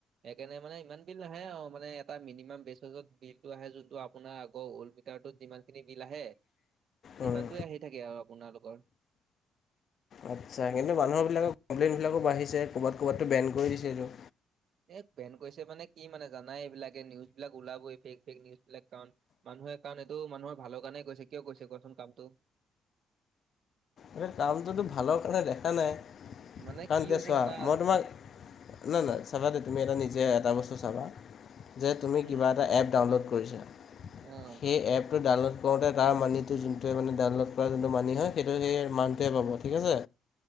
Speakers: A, on the right; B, on the left.
A: সেইকাৰণে মানে ইমান বিল নাহে আৰু মানে এটা মিনিমাম বেচছত বিলতটো আহে। যোনটো আপোনাৰ আগৰ। মিটাৰটোতযিমান খিনি বিল আহে, সিমানটোৱে
B: উম,
A: আহি থাকে আৰু আপোনালোকৰ।
B: আচ্ছা, কিন্তু মানুহবিলাকৰ কমপ্লেইনবিলাকো বাঢ়িছে ক'বাত-ক'ৰবাতো বেন কৰি দিছে এইটো।
A: এ বেন কৈছে মানে কি মানে জানাই এইবিলাকে নিউজ বিলাক ওলাবই, ফেক-ফেক নিউজ বিলাক কাৰণ মানুহে কাৰণ এইটো মানুহৰ ভালৰ কাৰণে কৈছে কিয় কৈছে কোৱাচোন কামটো।
B: এই কামটোতো ভালৰ কাৰণে দেখা নাই কাৰণ
A: মানে কি
B: এতিয়া
A: হৈছে
B: চোৱা
A: জানা
B: মই তোমাক। নাই-নাই চাবা দেই তুমি এটা নিজে এটা বস্তু চাবা। যে তুমি
A: উম
B: কিবা এটা এপ ডাউনলোড কৰিছা,
A: অ',
B: সেই এপটো ডাউনলোড কৰোতে তাৰ মানিটো যোনটোৱে মানে ডাউনলোড কৰা যোনটো মানি হয়। সেই মানটোৱে পাব ঠিক আছে।